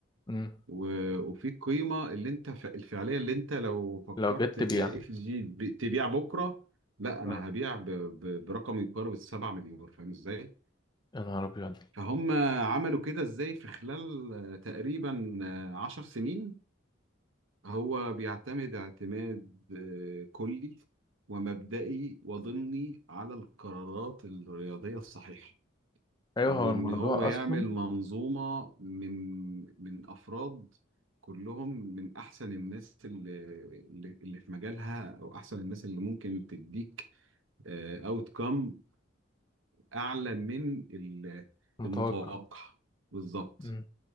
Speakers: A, on the left; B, on the right.
A: مم.
B: و- وفي قيمة اللي انت ف- الفعلية اللي انت لو فكرت
A: لو جت
B: كاف
A: تبيع
B: جي ب- تبيع بكرة لا انا
A: آه.
B: هبيع ب- ب- برقم يقارب السبعة مليار فاهم ازاي؟
A: يا نهار ابيض
B: فهم عملوا كده ازاي في خلال آه، تقريبا آه، عشر سنين هو بيعتمد اعتماد آه، كلي ومبدئي وضمني على القرارات الرياضية الصحيحة
A: ايوه
B: وإن
A: هو الموضوع
B: هو يعمل
A: اصلا
B: منظومة من من أفراد كلهم من أحسن الناس اللي اللي اللي في مجالها أو أحسن الناس اللي ممكن تديك أوت كام أعلى من ال-
A: متوقع
B: المتوقع بالظبط
A: مم.